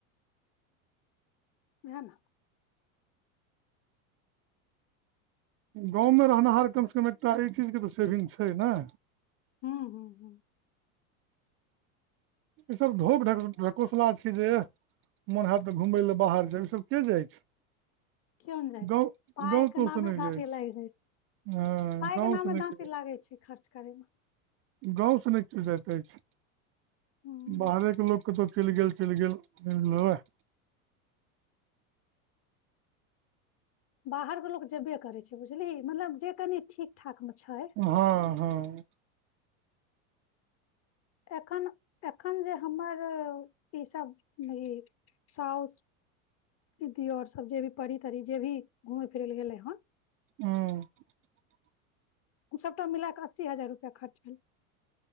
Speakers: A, on the left (about 35°); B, on the right (about 35°).
A: उएह ने
B: गाँवमे रहनाहर कमसे कम एकटा एहि चीजके त सेभिंग छै न
A: ह्म ह्म ह्म <unintelligible>
B: ईसब ढोप ढकोसला छै जे मोन हैत त घूमय लए बाहर जाय इसब के जाइ छै
A: कियो ने जाइ
B: गौ
A: छै पाय
B: गौतो
A: के नामे
B: स नहि
A: दाँती
B: जाइ छै
A: लागि
B: <unintelligible> हँ
A: पाय के
B: गाँव
A: नामे
B: स नहि
A: दाँती लागै छै खर्च करे मे
B: गाँव स नहि केओ जा तज <unintelligible>
A: हूं
B: बाहरेके लोक कतहु चलि गेल चलि गेल लहुए
A: बाहरक लोक जेबे करतय छै बुझलीही मतलब जे कनि ठीक ठाक मे छै
B: हँ हँ
A: एखन एखन जे हमर ईसभ ई साउस दीदी और सब जे भी परी तरी जे भी घुमय फिरै लए गेले हन
B: ह <unintelligible>
A: सभटा मिला कऽ अस्सी हजार रुपैया खर्च भेल